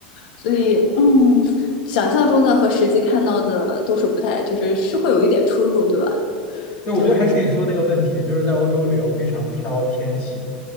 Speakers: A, on the left (about 60°); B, on the left (about 30°).
A: 所以嗯，想象中的和实际看到的都是不太，就是是会有一点出入，对吧？
B: 对，我觉得还是你说的那个问题，
A: 就
B: 就是在欧洲旅游非常挑天气